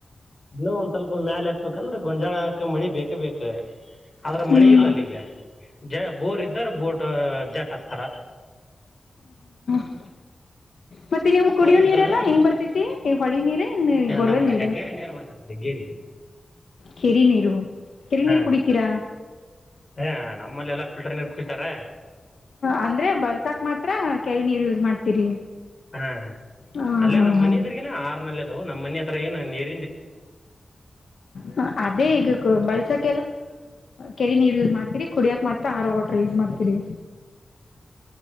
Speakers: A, on the left; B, on the left.
A: ಇನ್ನು ಒಂದ ಸ್ವಲ್ಪ ಮ್ಯಾಲೆ ಎತ್ಬೇಕ್ ಅಂದ್ರೆ ಗೊಂಜಾಳ ಮಳಿ ಬೇಕ ಬೇಕು ಆದ್ರ
B: ಹ್ಮ್
A: ಮಳೆ ಇಲ್ಲಲ್ಲಿ ಈಗ ಜಯ ಬೋರ್ ಇ್ದರ ಬೋರ್ ಜಟ್ಟಸ್ತರ
B: ಹಾ ಮತ್ತೆ ನೀವು ಕುಡಿಯೋ
A: ಇದ್ದಾರ
B: ನೀರೆಲ್ಲಾ ಹೆಂಗ್ ಬರ್ತೇತಿ ಈ ಹೊಳಿ ನೀರ ಈ ಬೊರ್ವೆಲ್
A: ನಮ್ಗೆ
B: ನೀರು
A: ಹೆಗ್ಗೇರಿ ನೀರ್ ಬರ್ತೈತಿ ಹೆಗ್ಗೇರಿ
B: ಕೆರಿ ನೀರು ಕೆರೆ
A: ಹಾ
B: ನೀರು ಕುಡಿತೀರಾ
A: ಹಾ ನಮ್ಮಲ್ಲೆಲ್ಲ ಫಿಲ್ಟರ್ ನೀರ್ ಕುಡಿತಾರ
B: ಅಂದ್ರೆ ಬಳ್ಸಾಕ್ ಮಾತ್ರ ಕೇಳಿ ನೀರು ಯೂಸ್ ಮಾಡ್ತೀರಿ
A: ಹಾ
B: ಹ
A: ಅಲ್ಲೇ
B: ಹಾ
A: ನಮ್ಮ್
B: ಹಾ
A: ಮನ ಇದ್ರಗನ ಆರ್ನಲ್ಲ ನಮ್ಮನೆ ಹತ್ರರ ಏ ನಾನು ನೀರು
B: ಹ ಅದೇ ಈಗಕ್ಕೂ ಬಳ್ಸಕ ಕೆರಿ ನೀರು ಯೂಸ್ ಮಾಡ್ತರಿ ಕುಡಿಯಕ್ ಮಾತ್ರ ಹಾರ ವಾಟರ್ ಯೂಸ್ ಮಾಡ್ತೀರಿ